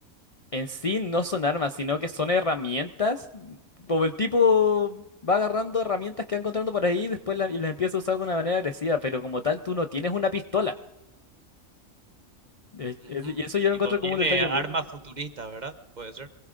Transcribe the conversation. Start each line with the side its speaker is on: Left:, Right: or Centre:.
Left: en sí no son armas, sino que son herramientas. Como el tipo va agarrando herramientas que va encontrando por ahí y después la- y las empieza a usar de una manera agresiva, pero como tal tú no tienes una pistola. Es-
Right: Ujú.
Left: es- y eso yo lo
Right: Tipo,
Left: encuentro
Right: tiene
Left: como un detalle
Right: armas
Left: muy...
Right: futuristas, ¿verdad? Puede ser.